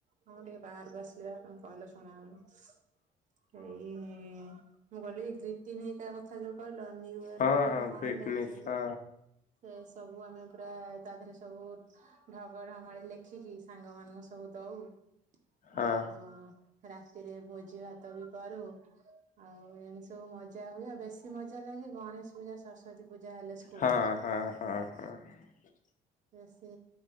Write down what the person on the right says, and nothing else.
ହଁ ଟିକେ ବାହାରକୁ ଆସିଲି ପା ତମେ କହିଲ ଶୁଣା ହଉନି। ଏଇ ମୁଁ କହିଲି ଗ୍ରୀତିନି ହେକା କଥା ଯୋଉ କହି ନ୍ୟୁୟର୍
ହେଲେ
କି କଣ
ହେଲେ ଆମେ ସବୁ
ଗିପଟ୍ ସେ ସବୁ ଆମେ ପୁରା ତା ଦେହରେ ସବୁ ଢ଼ଗଢ଼ମାଳି ଲେଖିକି ସାଙ୍ଗମାନଙ୍କୁ ସବୁ ଦ ଦୋଉ
ଆଉ ରାତିରେ ଭୋଜିଭାତ ବି କରୁ ଆଉ ଏମତି ସବୁ ମଜା ହୁଏ ଆଉ ବେଶୀ ମଜାଲାଗେ ଗଣେଶ ପୂଜା ସରସ୍ଵତୀ ପୂଜା ହେଲେ ସ୍କୁଲରେ।
ନା ସେ